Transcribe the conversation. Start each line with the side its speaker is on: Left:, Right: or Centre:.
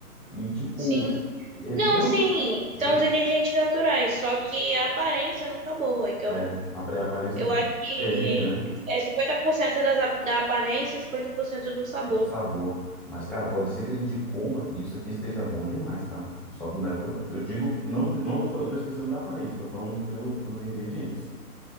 Centre: E tipo,
Right: Sim.
Centre: é,
Right: Não,
Centre: então,
Right: sim,
Centre: entendeu?
Right: são os ingredientes naturais, só que a aparência não tá boa. Então,
Centre: É, a, é, a aparência
Right: eu
Centre: é diferente,
Right: acho que
Centre: né?
Right: é 50% das, ap- da aparência e 50% do sabor.
Centre: Do sabor. Mas, cara, pode ser que a gente coma e isso aqui esteja bom demais, tá? Só, né, por- eu digo, não, não tô, fa- eu tô esquecendo da aparência, tô falando pelo, pelos ingredientes,